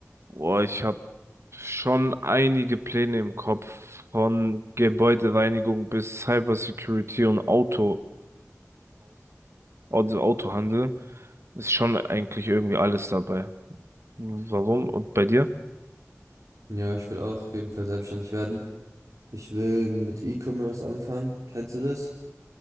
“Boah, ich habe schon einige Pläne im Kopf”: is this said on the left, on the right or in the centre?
Right